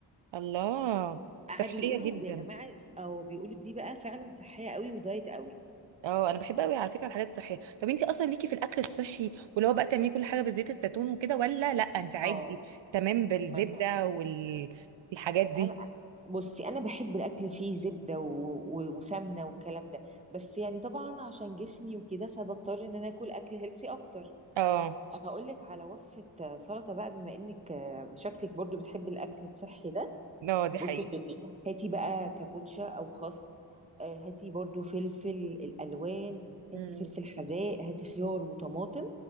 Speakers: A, on the right; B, on the right.
A: الله
B: قعدوا
A: صحية
B: يقولوا
A: جدا
B: يا جماعة او بيقولوا دي بقى فعلا صحية قوي ودايت قوي
A: اه انا بحب قوي على فكره الحاجات الصحيه طب انت اصلا ليكي في الاكل الصحي واللي هو بقى تعملي كل حاجه بزيت الزيتون وكده ولا لا انت عادي
B: اه
A: تمام بالزبده
B: ما انا
A: والحاجات دي
B: انا بصي انا بحب الاكل فيه زبده و... و... وسمنه والكلام ده بس يعني طبعا عشان جسمي وكده فبضطر ان انا اكل اكل هيلسي اكتر
A: اه
B: هقول لك على وصفه آه، سلطه بقى بما انك آه، شكلك برضو بتحبي الاكل الصحي ده
A: اه دي حقيقه
B: بصي يا ستي هاتي بقى كابوتشا او خس آه، هاتي برضو فلفل الالوان هاتي
A: امم
B: فلفل حراق هاتي خيار وطماطم